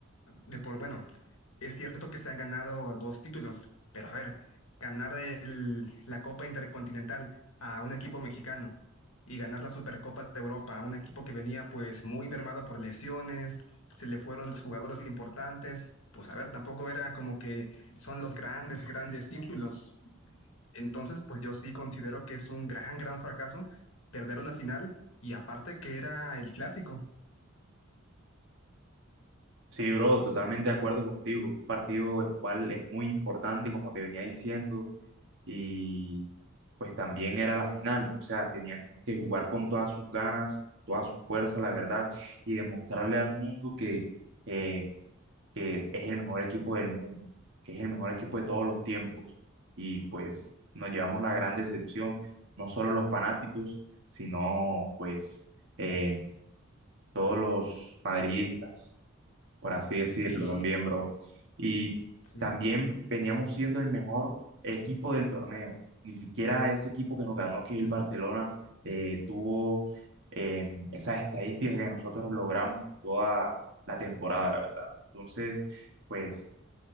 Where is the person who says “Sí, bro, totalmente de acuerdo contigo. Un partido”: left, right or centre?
Right